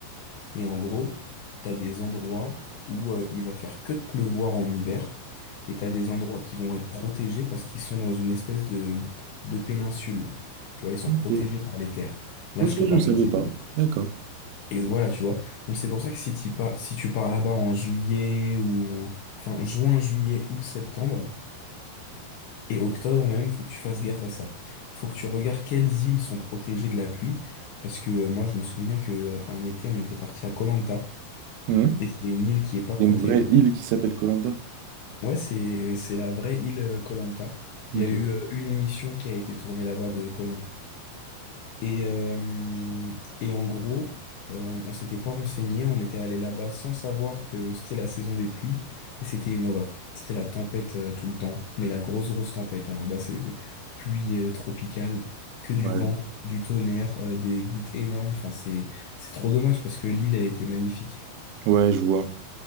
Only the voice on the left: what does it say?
Et en gros, t'as des endroits où euh, il va faire que de pleuvoir en hiver, et t'as des endroits qui vont être protégés parce qu'ils sont dans une espèce de, de péninsule. Tu vois, ils sont
protégés par les terres. Là,
je te parle
d'île.
Et voilà, tu vois. Donc c'est pour ça que si tu pas, si tu pars là-bas en juillet ou en, enfin, juin, juillet, août, septembre et octobre même, faut que tu fasses gaffe à ça. Faut que tu regardes quelles îles sont protégées de la pluie, parce que euh, moi, je me souviens que euh, un été, on était parti à koh Lanta.
Et c'est une île qui est pas
protégée.
Ouais, c'est c'est la vraie île koh
Il y a eu euh, une émission qui a été tournée là-bas de koh Et, euh, et en gros, euh, on, on s'était pas renseigné, on était allé là-bas sans savoir que c'était la saison des pluies. Et c'était une horreur. C'était la tempête euh, tout le temps. Mais la grosse, grosse tempête. hein. Là-bas, c'est euh, pluie euh, tropicale, que du
vent, du tonnerre, euh, des gouttes énormes. Enfin, c'est c'est trop dommage parce que l'île, elle était magnifique.